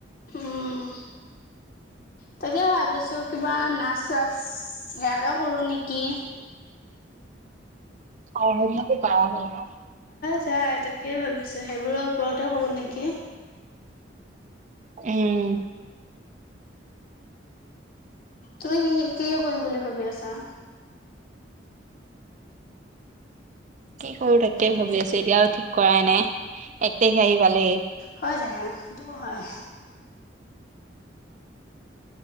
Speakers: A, on the left; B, on the right.
A: উম। তাকে ভাবিছো কিবা নাচ চাচ সেয়াকে কৰো নেকি?
B: অ, সেইবিলাকাকো ভাল হয়।
A: যায় তাকেই ভাবিছো সেইবোৰৰ ওপৰতে কৰো নেকি?
B: উম।
A: তুমি কি কি কৰিম বুলি ভাবি আছা।
B: কি কৰো তাকে ভাবি আছো, এতিয়াও ঠিক কৰাই নাই এক তাৰিখে আহি পালেই।
A: হয় দো দু হয়।